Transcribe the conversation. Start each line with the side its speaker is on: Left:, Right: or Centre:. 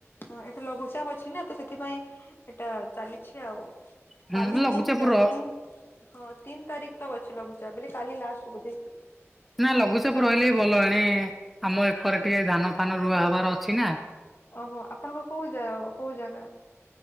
Left: ହଁ ଏଠି ଲଘୁଚାପ ଅଛି ନା ତ ସେଥିପାଇଁ ଏଇଟା ଚାଲିଛି ଆଉ।
Centre: ହୁଁ
Left: କାଲି
Centre: ଲଘୁଚାପ
Left: ତିନି
Centre: ର
Left: ତିନି ହଁ ତିନି ତାରିଖ ତ ଅଛି ଲଘୁଚାପ ଅଛି କାଲି ଲାଷ୍ଟ। ବୋଧେ।
Centre: କ ନା ଲଘୁଚାପ ରହିଲେ ହି ଭଲ ଏଣେ ଆମ ଏକରେ ଟିକେ ଧାନ ଫାନ ରୁଆ ହବାର ଅଛି ନା।
Left: ଓହୋ ଆପଣଙ୍କ କୋଉ ଜାଗା କୋଉ ଜାଗା।